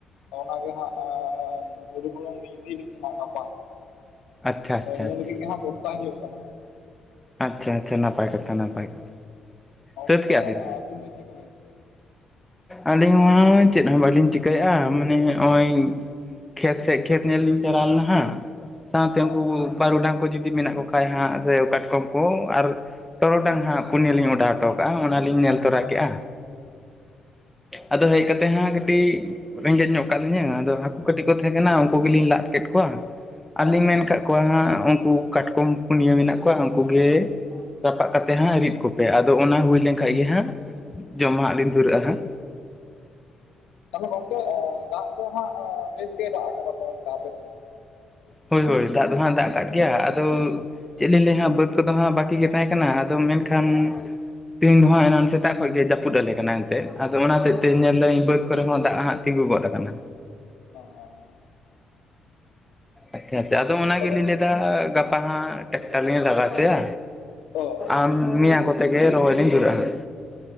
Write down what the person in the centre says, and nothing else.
ᱟᱪᱪᱷᱟ ᱟᱪᱪᱷᱟ
ᱟᱪᱪᱷᱟ
ᱟᱪᱪᱷᱟ, ᱟᱪᱷᱟ, ᱱᱟᱯᱟᱭ ᱠᱟᱛᱷᱟ, ᱱᱟᱯᱟᱭ ᱠᱟᱛᱷᱟ᱾
ᱥᱟᱹᱛ ᱠᱮᱜᱼᱟ
ᱵᱤᱱ
ᱟᱹᱞᱤᱧ ᱦᱚᱸ ᱢᱟ ᱪᱮᱫ ᱦᱚᱸ ᱵᱟᱹᱞᱤᱧ ᱪᱤᱠᱟᱭᱮᱻᱟ᱾ ᱢᱟᱱᱮ ᱚᱸᱭ? ᱠᱷᱮᱛᱷ ᱥᱮᱜ ᱠᱷᱮᱛᱷ ᱧᱮᱞ ᱞᱤᱝ ᱪᱟᱞᱟᱣᱞᱟᱱᱱᱟ ᱦᱟᱸᱜ ᱥᱟᱸᱶᱛᱮ
ᱩᱱᱠᱩᱠᱩ ᱵᱟᱨᱩᱰᱟᱝ ᱠᱩ ᱡᱩᱫᱤ ᱢᱮᱱᱟᱜ ᱠᱚ ᱠᱷᱟᱡ ᱦᱟᱸᱜ, ᱥᱮ ᱚᱠᱟᱴ ᱠᱚᱸᱢ ᱠᱚᱸ ᱟᱨ ᱴᱚᱨᱚᱰᱟᱝ ᱦᱟᱸᱜ ᱯᱩᱱᱭᱟᱹ ᱞᱤᱧ ᱚᱰᱟᱣ ᱴᱚᱠᱟᱻᱟ ᱚᱱᱟ ᱞᱤᱧ ᱧᱮᱞ ᱛᱚᱨᱟ
ᱠᱮᱼᱟ᱾ ᱟᱫᱚ ᱦᱮᱡ ᱠᱟᱛᱮᱜ ᱦᱟᱸᱜ ᱠᱟᱹᱴᱤᱡ ᱨᱮᱸᱜᱮᱡ ᱧᱚᱜ ᱠᱟᱜ ᱞᱤᱧᱟᱹ ᱟᱫᱚ ᱦᱟᱠᱩ ᱠᱟᱹᱴᱤᱡ ᱠᱚ ᱛᱟᱦᱮᱸ ᱠᱟᱱᱟ᱾ ᱩᱱᱠᱩ ᱜᱮᱞᱤᱧ ᱞᱟᱫ ᱠᱮᱫ ᱠᱚᱣᱟ᱾
ᱟᱨᱞᱤᱤᱧ ᱢᱮᱱ ᱠᱟᱜ ᱠᱚᱣᱟ ᱦᱟᱸᱜ᱾ ᱩᱱᱠᱩ ᱠᱟᱴᱠᱚᱢ ᱯᱩᱱᱭᱟᱹ ᱢᱮᱱᱟᱜ ᱠᱚᱣᱟ᱾ ᱩᱱᱠᱩ ᱠᱩᱜᱮ ᱨᱟᱯᱟᱜ ᱠᱟᱛᱮᱜ ᱦᱟᱸᱜ ᱨᱤᱫ ᱠᱚᱯᱮ, ᱟᱫᱚ ᱚᱱᱟ ᱦᱩᱭ ᱞᱮᱱᱠᱷᱟᱡ ᱜᱮ ᱦᱟᱸᱜ ᱡᱚᱢ
ᱜᱟᱸᱜ ᱞᱤᱧ ᱫᱽᱷᱩᱨᱟᱹᱼᱟ ᱾ᱦᱟᱸᱜ
ᱦᱳᱭ, ᱦᱳᱭ, ᱫᱟᱜ ᱫᱚᱦᱟᱸᱜ ᱫᱟᱜ ᱟᱠᱟᱜ ᱜᱮᱭᱟ᱾ ᱟᱫᱳ ᱪᱮᱫ ᱞᱤᱧ ᱞᱟᱹᱭᱟ ᱦᱟᱸᱜ, ᱵᱟᱹᱫᱽ ᱠᱚᱼᱫᱚ ᱦᱟᱸᱜ ᱵᱟᱹᱠᱤ ᱜᱮ ᱛᱟᱦᱮᱸ ᱠᱟᱱᱟ᱾ ᱟᱫᱚ ᱢᱮᱱᱠᱷᱟᱱ ᱛᱮᱦᱮᱧ ᱫᱚ ᱦᱟᱸᱜ ᱮᱱᱟᱱ ᱥᱮᱛᱟᱜ ᱠᱷᱚᱡ ᱜᱮᱭ, ᱡᱟᱹᱯᱩᱫ ᱟᱞᱮᱭ ᱮᱱᱛᱮᱜ, ᱟᱫᱚ ᱚᱱᱟ ᱦᱚᱛᱮᱜ ᱛᱮ ᱧᱮᱞᱫᱟᱹᱧ ᱵᱟᱹᱫᱽ ᱠᱚᱨᱮ ᱦᱚᱸ ᱫᱟᱜ ᱦᱟᱸᱜ ᱛᱤᱸᱜᱩ ᱜᱚᱫ ᱟᱠᱟᱱᱟ᱾
ᱟᱪᱪᱷᱟ, ᱟᱪᱪᱷᱟ, ᱟᱫᱚ
ᱜᱮᱞᱤᱧ ᱞᱟᱹᱭᱫᱟ ᱾ᱜᱟᱯᱟ ᱦᱟᱸᱜ ᱴᱨᱟᱠᱴᱟᱨ ᱞᱤᱧ ᱞᱟᱜᱟᱣ ᱚᱪᱚᱭ-ᱟ᱾
ᱟᱢ ᱢᱮᱭᱟᱝ ᱠᱚᱛᱮ ᱜᱮ ᱨᱚᱦᱚᱭ ᱞᱤᱧ ᱫᱽᱷᱩᱨᱟᱹᱻᱟ ᱦᱟᱸᱜ